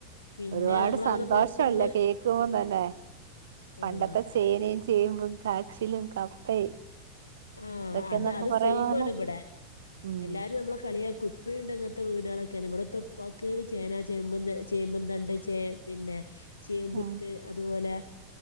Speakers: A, on the left; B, on the right.
A: പിന്നെ
B: ഒരുപാട്
A: നമ്മളങ്ങനെ
B: സന്തോഷല്ല
A: പുറത്തുനിന്ന്
B: കേക്കുമ തന്നെ പണ്ടത്തെ
A: ആ
B: ചേനയും, ചേമ്പും, കാച്ചിലും, കപ്പയും.
A: ആ
B: ഇതൊക്കെന്നൊക്കെ
A: അത് അത്
B: പറയാണല്ലോ
A: സെയിമ് ആണ് ഇവിടെ
B: ഉം
A: എല്ലാരും നമ്മളെ കളിയാക്കും. ഇപ്പയൂണ്ടോ ഉണ്ടങ്ങനത്തെ വീടുകളൊക്കെ ഇവടെത്തുപ്പാക്ക്, ചേന, ചേമ്പതണ്ട്, ചേമ്പന് തണ്ട് ചേ പിന്നെ- ചേമ്പുത്ത്
B: ഉം
A: അതുപോലെ